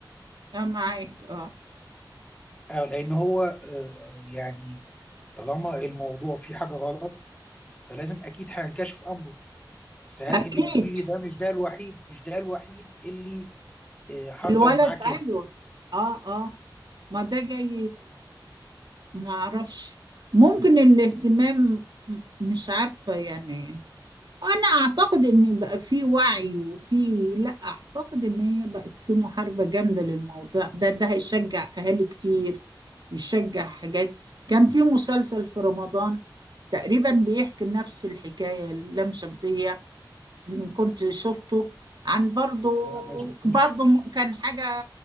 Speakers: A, on the right; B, on the left.
A: آه، معاك اه
B: آه، لأن هو آه، يعني طالما الموضوع فيه حاجة غلط فلازم أكيد هينكشف أمره بس هل
A: اكيد
B: أنت بتقولي لي ده مش ده الوحيد مش ده الوحيد اللي آه، حصل
A: الولد
B: معاه
A: ايوه
B: كده
A: اه اه ما ده جاي ما اعرفش ممكن الاهتمام م- مش عارفة يعني انا اعتقد ان بقى في وعي وفي لا اعتقد ان هي بقت في محاربة جامدة للموضوع ده ده هيشجع اهالي كتير يشجع حاجات كان في مسلسل في رمضان تقريبا بيحكي نفس الحكاية اللام شمسية اللي كنت شفته عن برضو
B: ما ما شفتوش
A: برضو م- كان حاجة